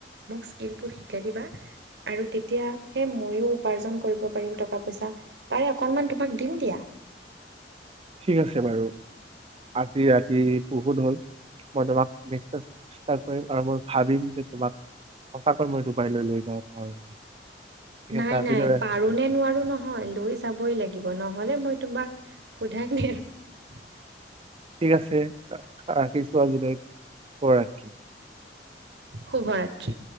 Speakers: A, on the right; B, on the right.
A: মোক স্কিলবোৰ শিকাই দিবা আৰু এতিয়া সেই ময়ো উপাৰ্জন কৰিব পাৰিম টকা পইচা তাৰে অকনমান তোমাক দিম দিয়া। <unintelligible>
B: ঠিক আছে বাৰু আজি ৰাতি পহুত হল। মই তোমাক চেষ্টা কৰিম আৰু মই ভাবিম যে তোমাক সঁচাকৈ মই ডুবাইলৈ লৈ যাব পাৰো। ঠিক
A: নাই
B: আছে আজিলৈ
A: নাই
B: ৰাখিছো
A: পাৰো নে নোৱাৰো নহয় লৈ যাবই লাগিব। নহ'লে মই তোমাক সোধাই নি আৰু
B: ঠিক আছে ৰাখিছো আজিল শুৱৰাত্ৰি
A: শুভৰাত্ৰি।